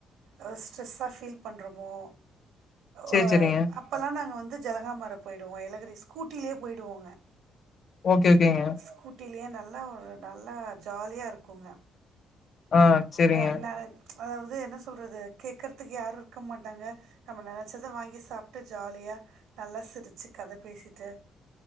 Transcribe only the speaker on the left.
சரி,
சரிங்க.
ஓகே, ஓகேங்க.
ஆ சரிங்க.